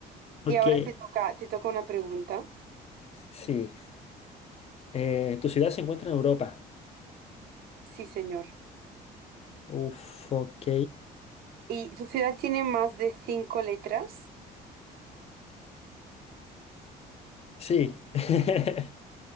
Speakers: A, on the left; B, on the right.
A: Ok,
B: Y ahora te toca, te toca una pregunta.
A: sí. Eh, tu ciudad se encuentra en Europa.
B: Sí, señor.
A: Uf, ok.
B: ¿Y tu ciudad tiene más de cinco letras?
A: Sí. <laughs>